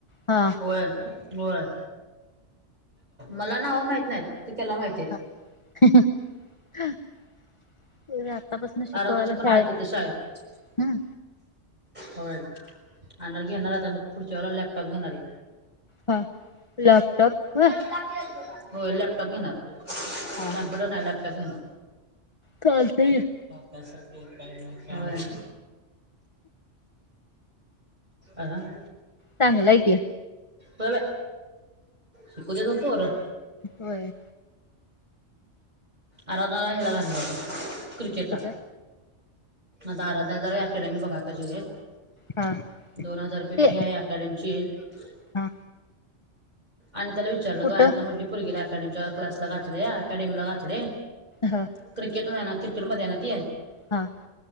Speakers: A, on the left; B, on the right.
A: हा
B: होय होय. मला नावं माहित नाहीत. ते त्याला माहिती आहेत.
A: <unintelligible> ते आत्तापासून शिकवायला
B: आराधनाच्या पण
A: शाळेत.
B: आहेत तिथं शाळेत
A: हम्.
B: होय आणणार घेणार आता. मग पुढच्या वेळेला लॅपटॉप घेणार आहे.
A: हां लॅपटॉप होय.
B: होय. लॅपटॉप घेणार.
A: हा हा
B: कम्प्युटर नाही लॅपटॉप घेणार.
A: चालतंय की.
B: त्यास काही नाही. आ होय
A: चांगलाय की
B: बाई शिकूदेत म पोर
A: होय
B: आराधनाला ह्याला घालली क्रिकेटला
A: कुठं
B: आता आराधनाला जरा अकॅडमी मी बघाय पाहिजे एक
A: हा
B: दोन हजार रुपये
A: ते
B: फि आहे ह्यात <unintelligible>
A: हा
B: अनिताला विचारलं
A: कुठं
B: ग अनिता म्हटली पुरगीला अकॅडमीच्या क्लासला घातलय अकॅडमीला घातलय
A: ह
B: क्रिकेट ना क्रिकेटमध्ये आहे ना ती
A: हां